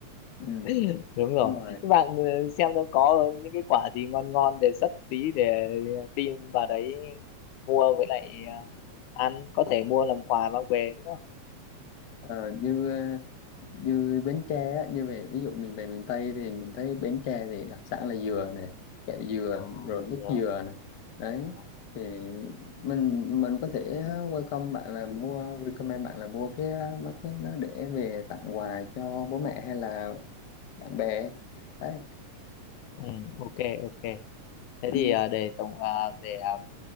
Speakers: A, on the left (about 55°); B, on the left (about 85°).
A: Ừ,
B: <laughs> đúng rồi
A: đúng rồi
B: các bạn ờ, xem nó có những cái quả gì ngon ngon đề xuất tí để tìm vào đấy mua với lại ờ, ăn có thể mua làm quà mang về nữa
A: Ờ, như ờ, như Bến Tre á, như về ví dụ mình về miền Tây thì mình thấy Bến Tre thì đặc sản là dừa nè kẹo dừa
B: Ờ,
A: rồi mứt
B: được
A: dừa nè đấy
B: Ờ.
A: thì mình mình có thể welcome bạn là mua recommend bạn là mua cái mấy cái nó để về tặng quà cho bố mẹ hay là bạn bè đấy
B: ừ, ok ok thế
A: ừ,
B: thì ờ, để tổng ờ, để ờ,